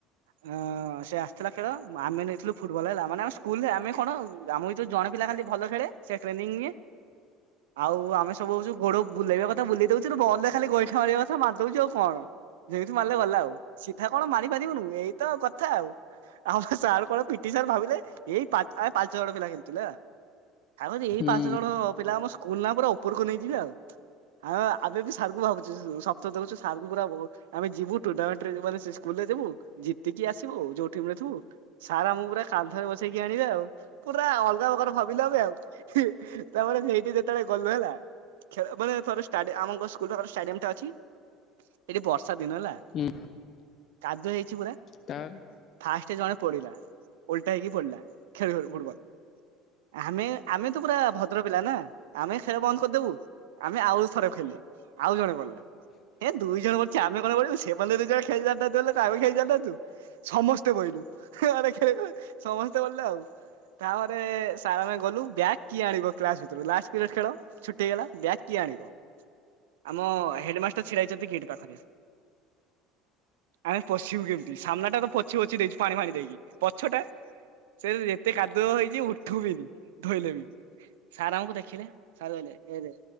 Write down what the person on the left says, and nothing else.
ହୁଁ
ହୁଁ
ତାପରେ